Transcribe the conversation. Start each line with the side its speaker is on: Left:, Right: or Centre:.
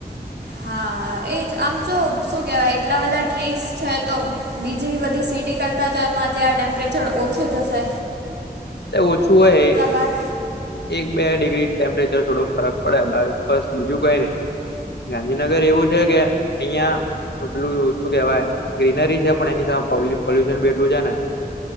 Right: હા હા એજ આમ તો શું કેહેવાય એટલા બધા ટ્રીસ છે તો બીજી બધી સીટી કરતા તો એમાં ત્યાં ટેમ્પરેચર ઓછું જશે.
Left: એ ઓછું હોય.
Right: બહાર
Left: એક બે ડિગ્રી ટેમ્પરેચર થોડું ફરક પડે બસ બીજું કઈ નને. ગાંધીનગર એવું છે કે અહિયાં એટલું શું કેવાય ગ્રીનરી છે પણ એની સામે પોલ્યુશન બી એટલું છે ને.